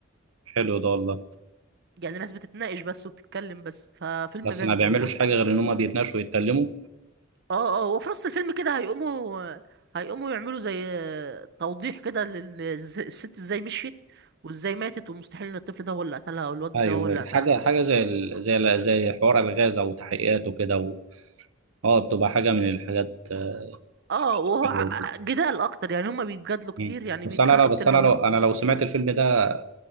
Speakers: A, on the right; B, on the right.
A: حلو ده والله
B: يعني ناس بتتناقش بس وبتتكلم بس ففيلم
A: بس
B: جامد
A: ما بيعملوش
B: والله
A: حاجه غير ان هم بيتناقشوا ويتكلموا
B: اه اه وفي نص الفيلم كده هيقوموا هيقوموا يعملوا زي توضيح كده للست ازاي مشيت وازاي ماتت ومستحيل ان الطفل ده هو اللي قتلها او الواد
A: ايوه
B: ده هو اللي قتلها
A: حاجه حاجه زي ال... زي ال... زي حوار الغاز او تحقيقات وكده و... اه بتبقى حاجه من الحاجات آه،
B: اه وهو
A: حلوه
B: ع-
A: وكده.
B: جدال اكتر يعني هما بيتجادلوا كتير
A: مم.
B: يعني
A: بس
B: بيتخانقوا
A: انا لو بس
B: كتير
A: انا
B: ما
A: لو
B: بينهم
A: انا لو سمعت الفيلم ده